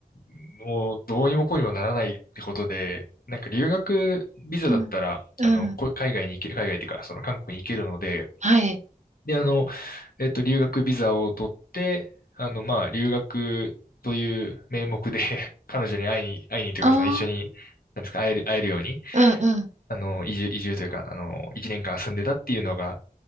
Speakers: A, on the left; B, on the right.
A: う、もうどうにもこうにもならないってことで、なんか留学ビザだったら、
B: うん。うん
A: あの、こ海外に行け、海外っていうか、その韓国に行けるので、
B: はい。
A: で、あの、えっと、留学ビザを取って、あの、まあ、留学という名目で <laughs> 彼女に会いに、会いにというか、
B: ああ、
A: その一緒に、なんですか、会える、会えるように、
B: うんうん。
A: あの、移住、移住というか、あの、1年間住んでたっていうのが、